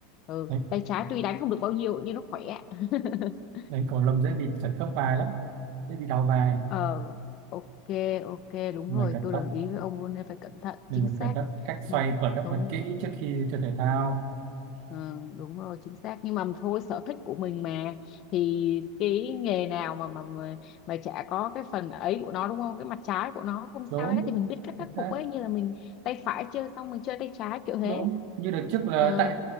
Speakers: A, on the left; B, on the right.
A: ừ,
B: đấy
A: tay trái tuy đánh không được bao nhiêu nhưng nó khỏe <laughs>
B: đánh cầu lông dễ bị trật khớp vai lắm dễ bị đau vai
A: ờ ok ok đúng
B: mình
A: rồi
B: cẩn
A: tôi
B: thận
A: đồng ý với ông luôn nên phải cẩn thận
B: mình
A: chính
B: phải
A: xác
B: cẩn thận cách xoay
A: ừ,
B: khởi động
A: đúng
B: thật kỹ trước khi chơi thể thao
A: Ừ, đúng rồi chính xác nhưng mà thôi sở thích của mình mà thì cái nghề nào mà mà mà, mà chả có cái phần ấy của nó đúng không cái mặt trái của nó không
B: đúng
A: sao hết thì mình biết cách khắc
B: đấy,
A: phục ấy như là mình tay phải chơi xong mình chơi tay trái kiểu thế
B: đúng như đợt trước là
A: Ờ,
B: tại